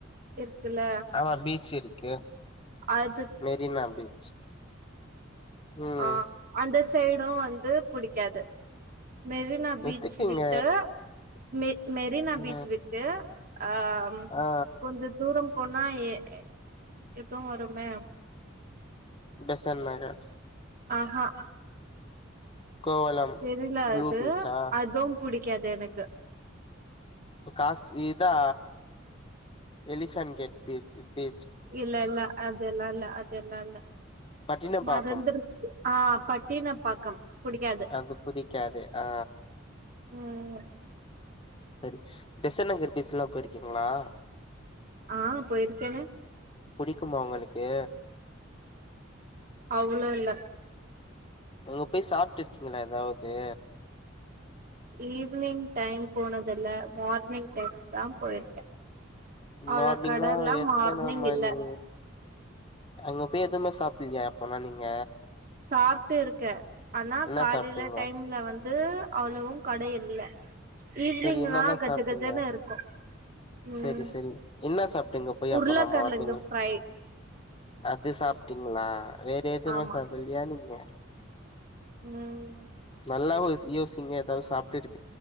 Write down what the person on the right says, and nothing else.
இருக்குல்ல
அதுக்
ஆ அந்த சைடும் வந்து புடிக்காது மெரி னா பீச்சு
கிட்ட மெ மெரினா
பீச் விட்டு அம்
கொஞ்சோ தூரம் போனா எ எதுவு வருமே
ஆஹா
தெரில
அது
அதும் புடிக்காது எனக்கு
இல்ல இல்ல அதெல்லாம் இல்ல அதெல்லாம் இல்ல
மறந்துரு ச்சு ஆ பட்டினப்பாக்கம் புடிக்காது
ம்
ஆ போயிருக்கேனே
அவ்ளோ இல்ல
ஈவி்னிங் டைம் போனதுல்ல மார்னிங் டைம் தா போயிருக்கே அவ்ளோ
கடல்லா
மார்னிங்
இல்ல
சாப்ட்டு இருக்கே ஆனா
காலையில
டைம்ல வந்து அவ்ளோவு கட இல்ல ஈவ்னிங்னா
கஜ
கஜன்னு இருக்கு ம்
உருளக்கெழங்கு
ஃப்ரை
ஆமா
ம்